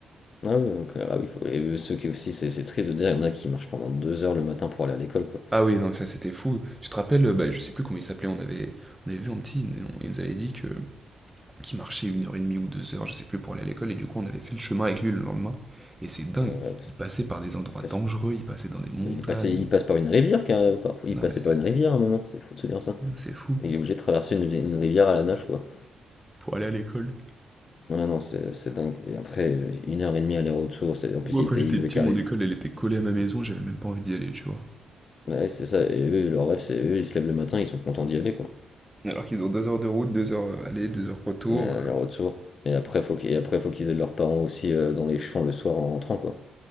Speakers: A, on the left; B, in the centre.
A: Ah oui, donc, ah oui, faut- et ceux qui aussi, c'est c'est triste de dire, il y en a qui marchent pendant deux heures le matin pour aller à l'école, quoi.
B: Ah oui, non, ça c'était fou. Tu te rappelles, euh, bah, je sais plus comment il s'appelait, on avait, on avait vu un petit, il nous il nous avait dit que qui marchait une heure et demie ou deux heures, je sais plus, pour aller à l'école, et du coup on avait fait le chemin avec lui le lendemain, et c'est dingue.
A: Euh,
B: Il passait par des endroits
A: il passe,
B: dangereux, il passait dans des montagnes.
A: il est passé- il passe par une rivière, car, euh, parfois,
B: Non
A: il passait
B: mais c'est,
A: par une rivière à un moment, c'est fou de se dire ça.
B: c'est fou,
A: Il est obligé de traverser une, une rivière à la nage, quoi.
B: pour aller à l'école.
A: Ouais, non, c'est c'est dingue. Et après, euh, une heure et demie aller-retour, c'est- en plus,
B: Moi
A: ils
B: quand
A: étaient-
B: j'étais
A: ils devaient
B: petit,
A: caler.
B: mon
A: ses-
B: école elle était collée à ma maison, j'avais même pas envie d'y aller, tu vois.
A: Ouais, c'est ça, et eux, leur rêve, c'est eux, ils se lèvent le matin, ils sont contents d'y aller, quoi.
B: Alors qu'ils ont deux heures de route, deux heures euh, aller, deux heures retour,
A: Ouais, aller-retour.
B: euh,
A: Et après, faut qu'ils, et après, faut qu'ils aident leurs parents aussi euh, dans les champs le soir en rentrant, quoi.